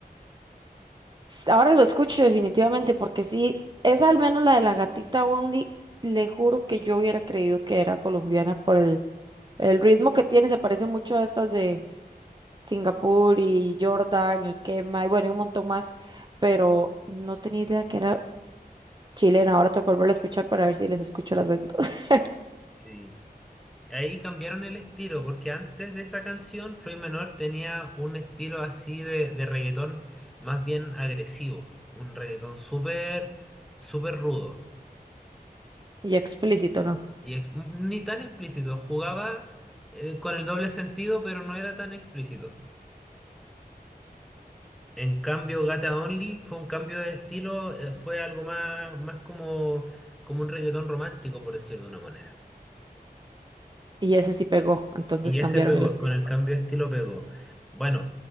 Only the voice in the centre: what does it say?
Sí. Ahí cambiaron el estilo, porque antes de esa canción, Floyd Menor tenía un estilo así de, de reggaetón más bien agresivo, un reggaetón súper, súper rudo.
Y ex- ni tan explícito, jugaba eh, con el doble sentido, pero no era tan explícito. En cambio, Gata Only fue un cambio de estilo, eh, fue algo más, más como, como un reggaetón romántico, por decirlo de una manera.
Y
ese pegó,
con el cambio de estilo pegó. Bueno,